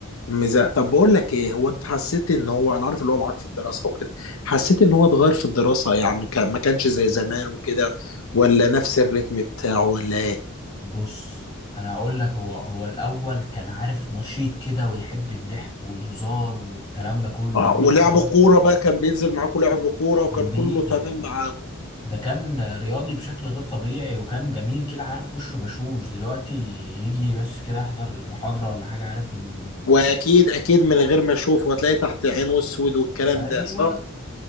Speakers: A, on the left (about 80°); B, on the left (about 20°).
A: مزاق طب بقول لك ايه هو انت حسيت ان هو انا عارف اللي هو معاك في الدراسه وكده حسيت ان هو اتغير في الدراسه يعني كان ما كانش زي زمان وكده ولا نفس الريتم بتاعه ولا ايه
B: بص انا هقول لك هو هو الاول كان عارف نشيط كده ويحب الضحك والهزار والكلام ده كله
A: آه،
B: دلوقتي
A: ولعب
B: عارف
A: كوره بقى كان بينزل معاكوا لعب كوره وكان
B: كان
A: كله
B: بيجي
A: تمام معاكوا
B: ده كان رياضي بشكل غير طبيعي وكان جميل كده عارف وشه بشوش دلوقتي يجي بس كده يحضر المحاضرة ولا حاجة عارف م-
A: واكيد اكيد من غير ما اشوف هتلاقي تحت عينه اسود والكلام
B: ايوه
A: ده صح